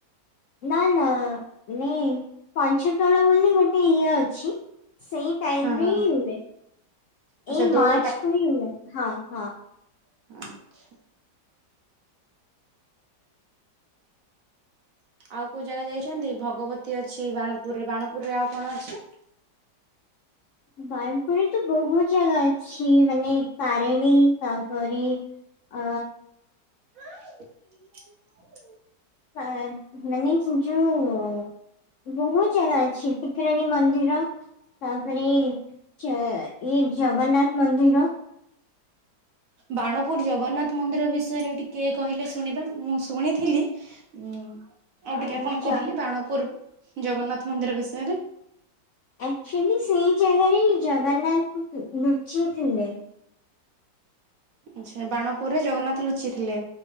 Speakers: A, on the left (about 85°); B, on the right (about 65°).
A: ନା-ନା ନେଇଁ ପଞ୍ଚୁ ଦୋଳ ବୋଲି ଗୋ ଗୋଟେ ଇଏ ଅଛି ସେଇ ଟାଇମରେ
B: ହଁ ହଁ
A: ହିଁ ହୁଏ,
B: ଆଚ୍ଛା
A: ଏଇ
B: ଦୋଳ
A: ମାର୍ଚ୍ଚକୁ ହିଁ ହୁଏ ହଁ ହଁ।
B: ଆଚ୍ଛା। ଆଉ କୋଉ ଜାଗା ଯାଇଛନ୍ତି? ଭଗବତୀ ଅଛି ବାଣପୁରରେ, ବାଣପୁରରେ ଆଉ କଣ ଅଛି?
A: ବାଣପୁରରେ ତ ବହୁତ ଜାଗା ଅଛି ମାନେ ତାରିଣୀ ତାପରେ ଅ
B: ହ
A: <inaudible> ମାନେ ଯୋଉ ବହୁତ ଜାଗା ଅଛି ଟିକିରାଣୀ ମନ୍ଦିର ତାପରେ ଚା ଏ ଜଗନ୍ନାଥ ମନ୍ଦିର
B: ବାଣପୁର ଜଗନ୍ନାଥ ମନ୍ଦିର ବିଷୟରେ ଟିକେ କହିଲେ ଶୁଣିବା, ମୁଁ ଶୁଣିଥିଲି। ଉଁ ଆଉ
A: ଆଛା
B: ଟିକେ ଆପଣ କହିଲେ ବାଣପୁର ଜଗନ୍ନାଥ ମନ୍ଦିର ବିଷୟରେ।
A: ଆକ୍ଚୁଆଲି ସେଇ ଜାଗାରେ ହିଁ ଜଗନ୍ନାଥ ଲୁଚିଥିଲେ।
B: ଆଚ୍ଛା ବାଣପୁରରେ ଜଗନ୍ନାଥ ଲୁଚିଥିଲେ।